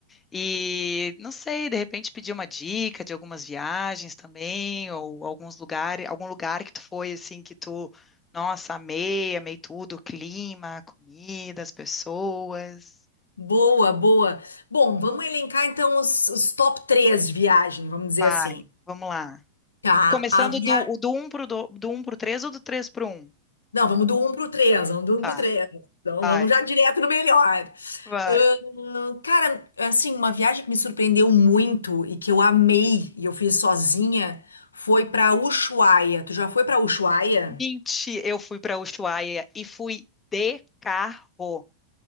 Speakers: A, on the left; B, on the left.
A: E não sei, de repente pedi uma dica de algumas viagens também, ou alguns lugares, algum lugar que tu foi assim que tu, nossa, amei, amei tudo, o clima, a comida, as pessoas.
B: Boa, boa. Bom, vamos elencar então os, os top 3 de viagem, vamos dizer
A: Vai,
B: assim.
A: vamos lá.
B: Tá,
A: Começando
B: a via...
A: do, do 1 pro, do, do 1 pro 3 ou do 3 pro um?
B: Não, vamos do 1 pro três vamos do 1
A: Ah,
B: pro três Então
A: vai,
B: vamos já direto no melhor.
A: vai.
B: Ahn, cara, assim, uma viagem que me surpreendeu muito e que eu amei e eu fiz sozinha foi pra Ushuaia. Tu já foi pra Ushuaia?
A: Mentira, eu fui pra Ushuaia e fui de carro.